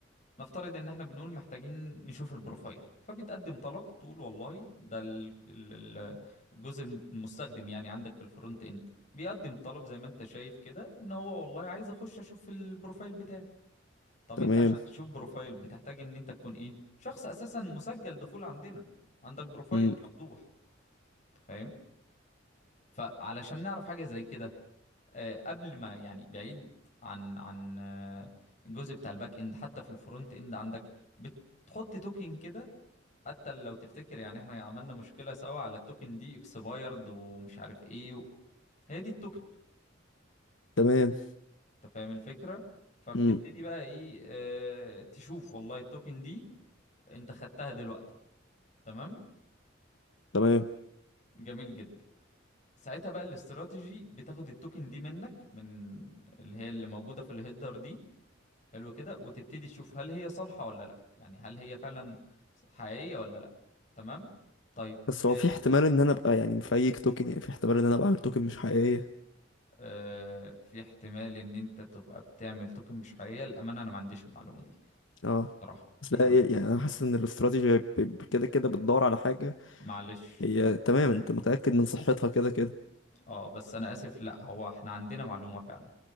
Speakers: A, on the left; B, on the left.
A: نفترض ان احنا بنقول محتاجين نشوف البروفايل فبتقدم طلب تقول والله ده ال- ال- ال- الجزء المستخدم يعني عندك في الفرونت اند بيقدم طلب زي ما انت شايف كده ان هو والله عايز اخش اشوف البروفايل بتاعي طب
B: تمام
A: انت عشان تشوف بروفايل بتحتاج ان انت تكون ايه شخص اساسا مسجل دخول عندنا عندك بروفايل
B: امم
A: مفتوح انت فاهم فعلشان نعرف حاجة زي كده آه، قبل ما يعني بعيد عن عن آه، الجزء بتاع الباك اند حتى في الفرونت اند عندك بتحط توكن كده حتى لو تفتكر يعني احنا عملنا مشكلة سوا على التوكن دي اكسبايرد ومش عارف ايه و... هي دي التوكن
B: تمام
A: انت فاهم الفكرة فبتبتدي
B: امم
A: بقى ايه اه تشوف والله التوكن دي انت خدتها دلوقتي تمام
B: تمام
A: جميل جدا ساعتها بقى الاستراتيجي بتاخد التوكن دي منك من اللي هي اللي موجودة في الهيدر دي حلو كده وتبتدي تشوف هل هي صالحة ولا لا يعني هل هي فعلا حقيقية ولا لا تمام طيب
B: بس هو
A: آه
B: في احتمال ان انا ابقى يعني مفيك توكن يعني في احتمال ان انا ابقى عامل توكن مش حقيقيه
A: آه، في احتمال ان انت تبقى بتعمل توكن مش حقيقية للأمانة انا ما عنديش المعلومة دي
B: اه
A: صراحة
B: بس
A: عشان
B: لا إيه،
A: اه
B: يعني انا حاسس ان الاستراتيجي ب- ب- كده كده بتدور على حاجه
A: معلش
B: هي
A: انا
B: تمام
A: مم.
B: انت متاكد من صحتها كده كده
A: اه بس انا اسف لا هو احنا عندنا معلومة فعلا